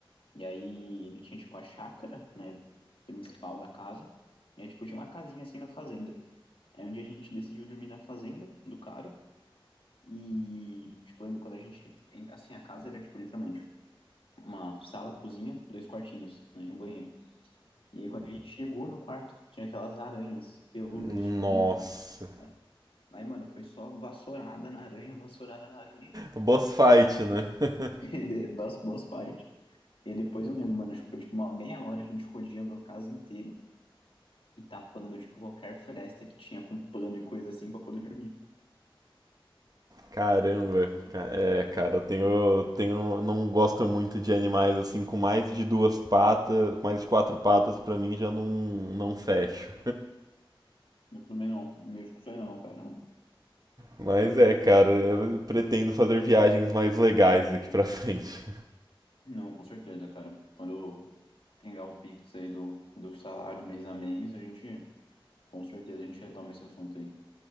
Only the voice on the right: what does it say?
Nossa.
Boss fight, né? <laughs>
Caramba.
Ca-
É,
cara, eu tenho, eu tenho, não gosto muito de animais assim com mais de duas patas, mais de quatro patas pra mim já não, não fecho.
Mas é, cara, eu pretendo fazer viagens mais legais daqui pra frente.